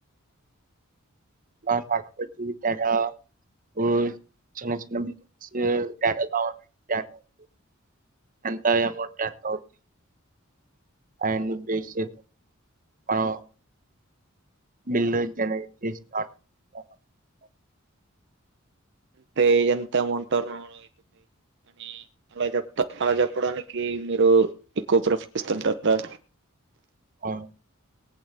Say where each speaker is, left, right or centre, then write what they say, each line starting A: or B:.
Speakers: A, on the right; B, on the right.
A: <unintelligible> హుమ్ చిన్న చిన్న బిజినెస్ <unintelligible> అంత అమౌంట్ ఎంత అవుది అయన్ని బేసిక్ అవునూ బిల్లు జెనరేట్ చేస్త <unintelligible>
B: అంటే ఎంత అమౌంట్ టర్న్ ఓవర్ అయితుంది అని అలా చెప్త అలా చెప్పడానికి మీరు ఎక్కువ ప్రిఫర్ ఇస్తుంటార
A: అవును